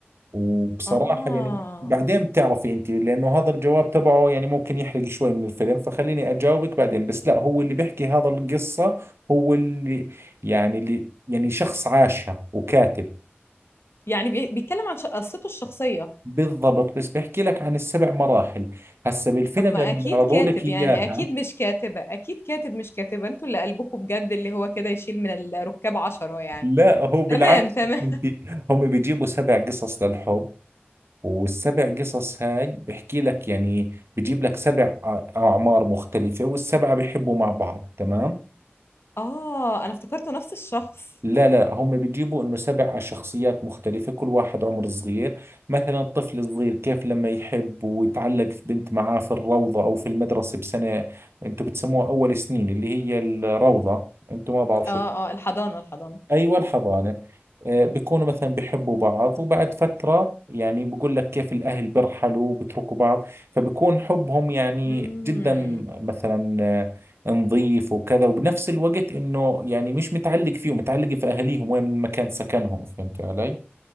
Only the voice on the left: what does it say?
اه
يعني بي- بيتكلم عن ش- قصته الشخصيه
طب ما
اكيد
كاتب
يعني اكيد مش كاتبة اكيد كاتب مش كاتبة انتوا اللي قلبكم بجد اللي هو كده يشيل من الركاب عشرة يعني
تمام تمام
اه انا افتكرته نفس الشخص
اه
اه الحضانة الحضانة
امم